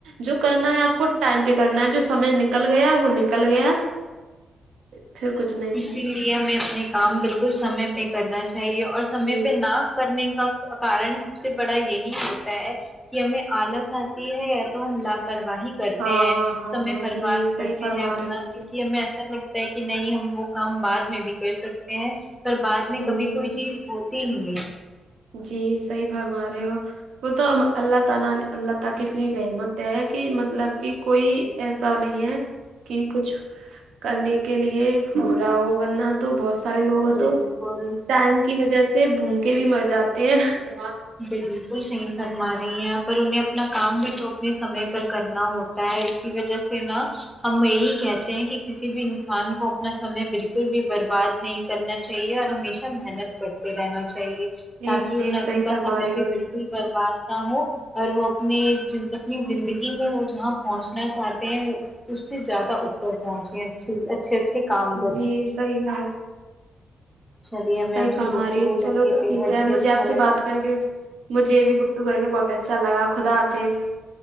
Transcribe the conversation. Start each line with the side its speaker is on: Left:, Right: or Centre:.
Right: جو کرنا ہے آپ کو ٹائم پہ کرنا ہے جو سمے نکل گیا وہ نکل گیا پھر کچھ نہیں
Centre: اسی ہمیں اپنے کام بالکل سمے پہ کرنا چاہیے اور سمے
Right: جی
Centre: پہ نہ کرنے کا کارن سب سے بڑا یہی ہوتا ہے کہ ہمیں آلس آتی ہے یا تو ہم لاپرواہی کرتے
Right: ہاں
Centre: ہیں
Right: ہاں
Centre: سمے برباد
Right: جی صحیح
Centre: کرتے
Right: فرما
Centre: ہیں اپنا
Right: رہی ہوں
Centre: کیونکہ ہمیں ایسا لگتا کہ نہیں ہم وہ کام بعد میں بھی کر سکتے ہیں پر بعد میں
Right: ہوں
Centre: کبھی کوئی چیز ہو <unintelligible>
Right: جی صحیح فرما رہے ہو وہ تو اب اللہ تعالی اللہ تعالی کی اتنی رحمت ہے کہ مطلب کہ کوئی ایسا نہیں ہے کہ کچھ کرنے کے لیے ہو رہا ہو ورنہ تو بہت سارے لوگ ہوتے
Centre: بالکل
Right: ہیں تو ٹائم کی وجہ سے بھوکے کے بھی مر جاتے ہیں
Centre: بالکل صحیح فرما رہی ہیں آپ پر انہیں اپنا کام بھی تو اپنے سمے پر کرنا ہوتا ہے اسی وجہ سے نا ہم یہی کہتے ہیں کہ کسی بھی انسان کو اپنا سمے بالکل بھی برباد نہیں کرنا چاہیے اور ہمیشہ محنت کرتے رہنا چاہیے
Right: جی
Centre: تاکہ
Right: جی
Centre: انہیں
Right: صحیح
Centre: ان
Right: فرما
Centre: کا سمے
Right: رہی
Centre: بھی
Right: ہو
Centre: بالکل برباد نہ ہو اور وہ اپنی جندگی زندگی میں وہ جہاں پہنچنا چاہتے ہیں وہ اس سے زیادہ اوپر پہنچے اچھی اچھے اچھے کام کریں
Right: جی صحیح
Centre: چلیے ہمیں
Right: صحیح
Centre: آپ سے
Right: فرمارہی
Centre: گفتگو
Right: ہے چلو
Centre: کر کے
Right: تو
Centre: بے
Right: ٹھیک
Centre: حد
Right: ہے
Centre: ہی
Right: مجھے
Centre: اچھا
Right: آپ سے
Centre: لگا
Right: بات کر کے مجھے یہ بھی گفتگ کر کے بہت اچھا لگا خدا حاظ